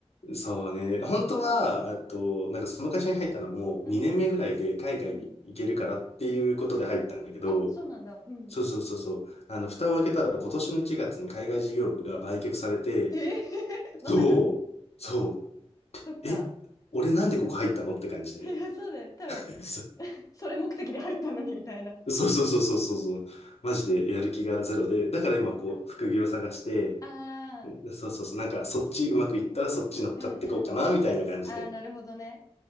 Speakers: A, on the left (about 75°); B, on the left (about 30°).
A: そうね。本当は、あと、なんかその会社に入ったのも2年目ぐらいで海外に行けるからっていうことで入ったんだけど、
B: う。うん、うん。あ、そうなんだ。うん。
A: そうそうそうそう。あの、蓋を開けたら今年の1月に海外事業部が売却されて、
B: えー
A: そう、
B: <laughs> まさかの。
A: そ
B: そっか。
A: う、え、俺なんでここ入ったのって感じで。
B: <laughs> いや、そうだよね。多分、
A: <laughs>
B: <laughs> それ目的で入ったのにみたいな。
A: そうそうそうそうそうそうそう。マジでやる気がゼロで、だから今こう、
B: そっか。
A: 副業探して、
B: ああ、
A: そうそうそう、なんかそっちうまくいったらそっち乗っかっていこうかな、
B: うんうん。
A: みたいな感じで。
B: ああ、なるほどね。